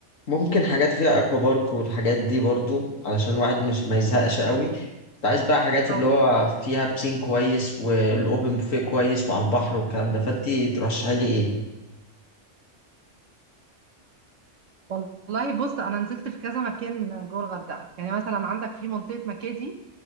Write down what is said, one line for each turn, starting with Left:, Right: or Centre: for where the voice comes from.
Left: ممكن حاجات فيها اكوا بارك والحاجات دي برضو علشان الواحد مش ما يزهقش قوي كنت عايز بقى حاجات
Right: اه
Left: اللي هو فيها بسين كويس والاوبن بوفيه كويس وعلى البحر والكلام ده فانت ترشحي لي ايه
Right: والله بص انا نزلت في كذا مكان جوه الغردقه يعني مثلا عندك في منطقه مكادي